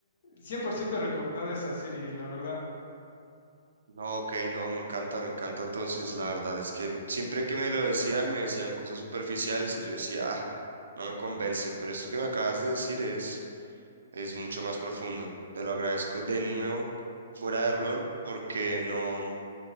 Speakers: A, on the left; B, on the right.
A: 100% recomendada esa serie, la verdad.
B: No, ok, no, me encanta, me encanta. Entonces, la verdad es que siempre que me lo decían, me decían cosas superficiales y yo decía, ah, no me convence, pero esto que me acabas de decir es es mucho más profundo. Te lo agradezco de nuevo, fuera de rol, porque no,